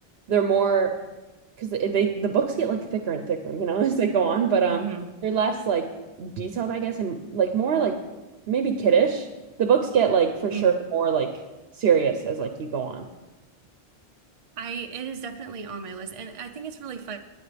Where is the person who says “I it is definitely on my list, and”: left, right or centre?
Right